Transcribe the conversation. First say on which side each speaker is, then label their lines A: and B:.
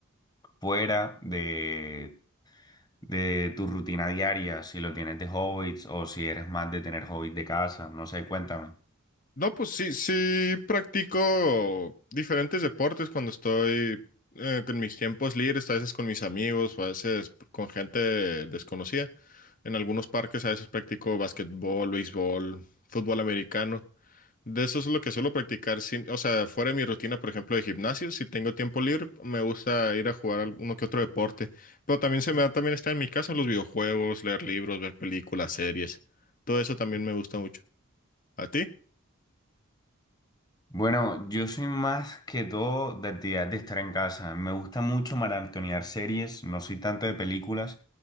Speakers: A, on the left; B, on the left.
A: fuera de, de tu rutina diaria, si lo tienes de hobbies o si eres más de tener hobbies de casa. No sé, cuéntame.
B: No, pues sí, sí practico diferentes deportes cuando estoy eh, con mis tiempos libres, a veces con mis amigos, o a veces con gente desconocida. En algunos parques a veces practico básquetbol, béisbol, fútbol americano. De eso es lo que suelo practicar, sin- o sea, fuera de mi rutina, por ejemplo, de gimnasio, si tengo tiempo libre, me gusta ir a jugar alguno que otro deporte, pero también se me da también estar en mi casa, los videojuegos, leer libros, ver películas, series, todo eso también me gusta mucho. ¿A ti?
A: Bueno, yo soy más que todo de actividad de estar en casa. Me gusta mucho maratonear series, no soy tanto de películas,